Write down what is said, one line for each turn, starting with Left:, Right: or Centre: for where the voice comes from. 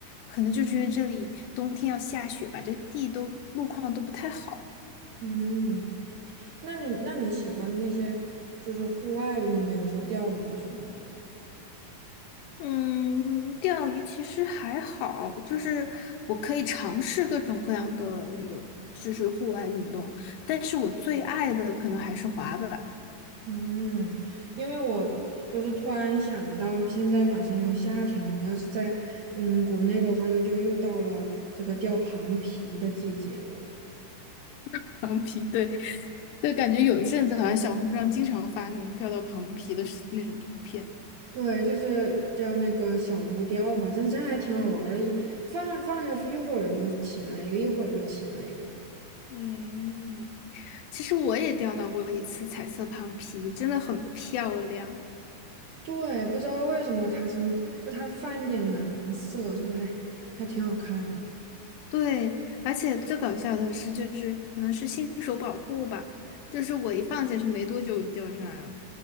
Left: 可能就是因为这里冬天要下雪吧，这地都路况都不太好。
Right: 嗯。那你那你喜欢那些就是户外运动，比方说钓鱼什么的？
Left: 嗯，钓鱼其实还好，就是我可以尝试各种各样的有，就是户外运动，但是我最爱的可能还是滑板、
Right: 嗯，因为我就是突然想到，现在马上又夏天了嘛，要是在嗯国内的话就，又就又到了这个钓螃蜍的季节了。
Left: <laughs> 长皮。对，对，感觉有一阵子好像小红书上经常发那种钓到螃蜍的视那种图片。
Right: 对，就是叫那个小乌钓嘛，真真还挺好玩儿的，一放放下去一会儿就起来一个，一会儿就起来一个。
Left: 嗯，其实我也钓到过一次彩色螃蜍，真的很漂亮。
Right: 对，不知道为什么它是，就它泛一点蓝色，就还还挺好看的。
Left: 对，而且最搞笑的是，就是可能是新手保护吧，就是我一放下去没多久我就掉上来了。